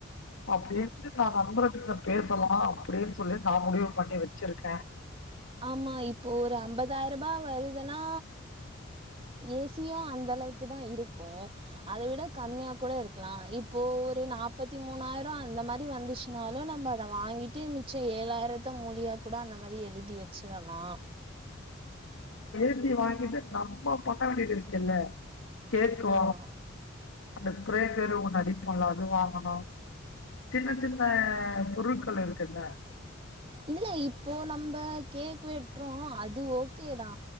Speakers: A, on the left (about 85°); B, on the right (about 30°).
A: அப்பிடின்னு நான் நண்பர்கள்கிட்ட பேசலாம் அப்பிடின்னு சொல்லே தான் முடியும் பண்ணி வச்சிருக்கேன்
B: ஆமா இப்போ ஒரு அம்பதாயிரம் ரூபா வருதுன்னா ஏசியும் அந்த அளவுக்கு தான் இருக்கும் அத விட கம்மியா கூட இருக்கலாம் இப்போ ஒரு நாப்பத்தி மூணாயிரம் அந்த மாதிரி வந்துச்சுனாலும் நம்ம அத வாங்கிட்டு மிச்சம் ஏழாயிரத்த மூலியா கூடா அத எழுதி வச்சிடலாம்
A: ஏ சி வாங்கிட்டு நம்ம பண்ண வேண்டியதிருக்கல்ல கேட்கவா
B: ஆமா
A: அந்த ஸ்பிரே பேரு ஒண்ணு அடிப்போம்ல அது வாங்கணும் சின்ன சின்ன பொருட்கள் இருக்குல
B: இல்லே இப்போ நம்ம கேக் வெட்டுறோம் அது ஓகேதா